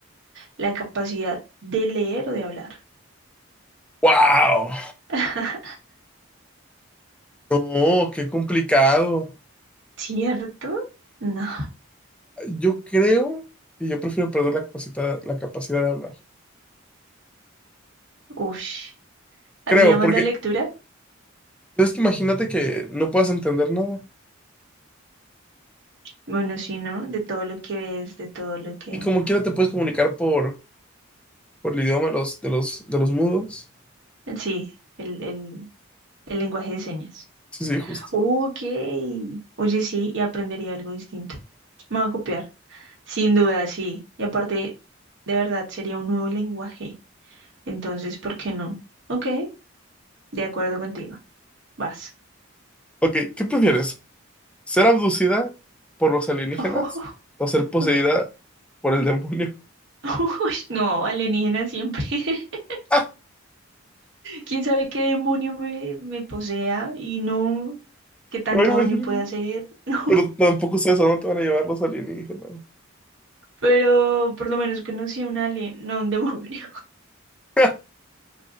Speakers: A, on the right; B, in the centre.
A: la capacidad de leer o de hablar?
B: ¡Wow!
A: <laughs>
B: No, qué complicado.
A: ¿Cierto? No.
B: Yo creo que yo prefiero perder la capacidad, la capacidad de hablar.
A: Ush.
B: Creo,
A: ¿Así llamas
B: porque
A: la lectura?
B: pues, es que imagínate que no puedas entender nada.
A: Bueno, sí, ¿no? De todo lo que ves, de todo lo que...
B: Y como quiera te puedes comunicar por, por el idioma de los, de los, de los mudos.
A: Sí, el, el, El lenguaje de señas.
B: Sí, sí, justo.
A: Ok. Oye, sí, y aprendería algo distinto. Me va a copiar. Sin duda, sí. Y aparte, de verdad, sería un nuevo lenguaje. Entonces, ¿por qué no? Ok, de acuerdo contigo. Vas.
B: Ok, ¿qué prefieres? ¿Ser abducida por los alienígenas
A: Ojo,
B: o ser poseída
A: ok.
B: por el demonio?
A: <laughs> Uy, no, alienígena siempre. <laughs>
B: <laughs> ¡Ah!
A: ¿Quién sabe qué demonio me, me posea y no qué tanto
B: No me imagino.
A: daño puede hacer? <laughs> No,
B: Pero tampoco sabes a dónde te van a llevar los alienígenas.
A: pero por lo menos conocí a un alien, no a un demonio.
B: <laughs>